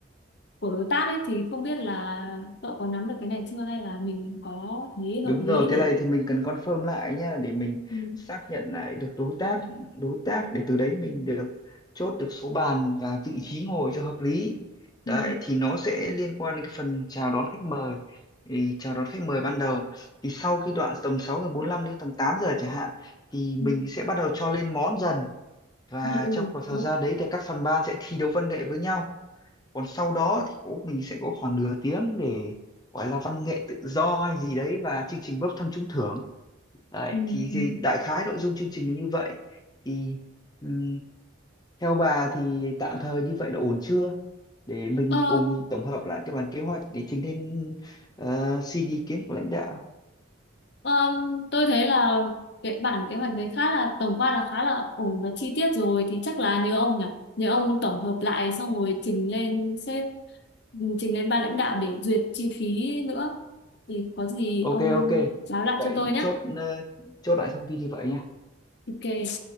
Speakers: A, on the left (about 55°); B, on the left (about 20°).
A: của đối tác ấy thì không biết là cậu có nắm được cái này chưa hay là mình có thấy hợp
B: Đúng
A: lý
B: rồi, cái
A: để
B: này thì mình cần confirm lại nhá để mình
A: ừ,
B: xác nhận lại được đối tác, đối tác để từ đấy mình được chốt được số bàn và vị trí ngồi cho hợp lý.
A: ừ,
B: Đấy thì nó sẽ liên quan đến cái phần chào đón khách mời. Thì chào đón khách mời ban đầu thì sau cái đoạn tầm 6 giờ bốn lăm đến tầm 8 giờ chẳng hạn thì mình
A: ừ,
B: sẽ bắt đầu cho lên món dần và
A: ừ,
B: trong khoảng
A: đúng
B: thời gian đấy thì các phần ban sẽ thi đấu văn nghệ với nhau còn sau đó thì cũng mình sẽ có khoảng nửa tiếng để gọi là văn nghệ tự do hay gì đấy và chương trình bốc thăm trúng thưởng đấy
A: Ừ,
B: thì,
A: ừ.
B: thì đại khái nội dung chương trình là như vậy thì ừm, theo bà thì tạm thời như vậy là ổn chưa để mình
A: Ờ,
B: cùng tổng hợp lại cái bản kế hoạch để trình lên ờ, xin ý kiến của lãnh đạo
A: ờ, tôi thấy là cái bản kế hoạch đấy khá là tổng quan là khá là ổn và chi tiết rồi thì chắc là nhớ ông nhỉ nhớ ông tổng hợp lại xong rồi trình lên sếp ừ, trình lên ban lãnh đạo để duyệt chi phí nữa thì có gì
B: ok
A: ông
B: ok
A: báo lại
B: vậy
A: cho tôi nhé
B: chốt ờ, chốt lại thông tin như vậy nha
A: ok